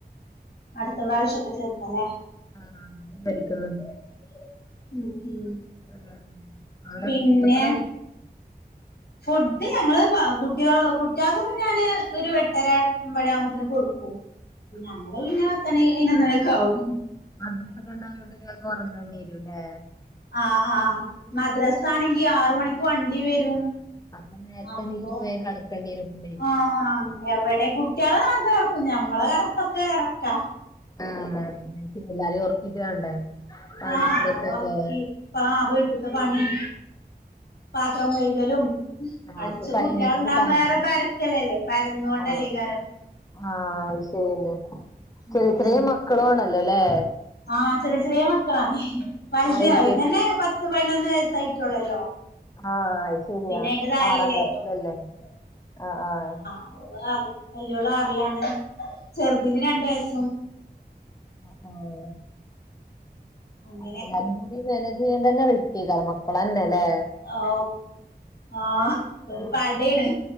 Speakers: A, on the left; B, on the left.
A: അടുത്ത പ്രാവശ്യോക്കെ ചേർക്കലേ
B: ആഹ് <unintelligible>
A: ഉം ഉം
B: ആഹ് അവടെ
A: പിന്നെ
B: ഫുഡപ്പളാ
A: ഫുഡ് ഞങ്ങള് പ്പ കുട്ടികൾ കുട്ടികൾക്കൊക്കെ ഞാന് ഒരു എട്ടര ഒമ്പണി ആവുമ്പോതിന് കൊടുക്കും
B: ആ
A: ഞങ്ങള് പിന്നെ പത്തണി പയിനൊന്ന് മണിയൊക്കാവും
B: മദ്രാസൊക്കെ ണ്ടായൊണ്ട് വേഗം ഒറങ്ങേണ്ടിരും ലേ
A: ആഹ് ആഹ് മദ്രസാണെങ്കി ആറ് മണിക്ക് വണ്ടി വരും
B: അപ്പോ നേരത്തെണീറ്റ്
A: അപ്പൊ
B: പോയ കടക്കേണ്ടി വരും <unintelligible>
A: ആഹ് ആഹ് എവിടെ കുട്ടിയാള് കെടക്കും ഞമ്മളെ കെടത്തൊക്കെ കണക്കാ
B: ആഹ് പിള്ളേരെ ഓർക്കിട്ട് വേണ്ടേ പണി
A: ആഹ്
B: ഇതൊക്കെല്ലേ
A: ഒറക്കി ആഹ് വീട്ട്ത്തെ പണീം പാത്രം കൈകലും
B: ആഹ്
A: അടിച്ച
B: അപ്പൊ കഴിഞ്ഞിട്ട്
A: കുട്ടിയാളുണ്ടാവുമ്പോ
B: ടൈം
A: ഏറെ പരച്ക്കലല്ലേ പരന്നുകൊണ്ടല്ലേകാരം
B: ആഹ് ആഹ് അത് ശെരിയെന്നെ ചെറിയ
A: ഉം
B: ചെറിയ മക്കളു ആണല്ലോല്ലേ
A: ആഹ് ചെറിയ ചെറിയ മക്കളാണേ വലുത്
B: ആഹ് എൽ
A: വലുതന്നെ
B: കെ ജി
A: പത്ത് പതിനൊന്ന് വയസ്സായിട്ടുള്ളല്ലോ
B: ആഹ് അത് ശരിയാ
A: പിന്നെ അയിന്റെ താഴല്ലേ
B: ആറാം ക്ലാസ്സിലല്ലേ ആ ആഹ്
A: ഓ ളാറിലാ വല്ല്യോൾ ആറിലാണ് ചെറുതിന് രണ്ടു വയസ്സും
B: ഉം
A: അങ്ങനെ
B: അപ്പൊല്ലാരീം കൂടി മാനേജ് ചെയ്യാൻ തന്നെ റിസ്‌കെകാരം മക്കളന്നെ ല്ലേ
A: ഓ ആഹ് ഒരു
B: ആഹ്
A: പടേണ്